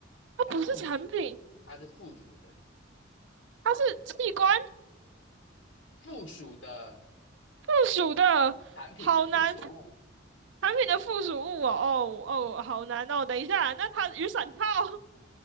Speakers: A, on the right; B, on the left.
A: 它不是产品，
B: 它附属，它是附属的，
A: 它是器官
B: 附属的
A: 附属的，
B: 产品的附属物，
A: 好难。产品的附属物哦，哦哦，好难哦。等一下，那它雨伞套，<laughs> 因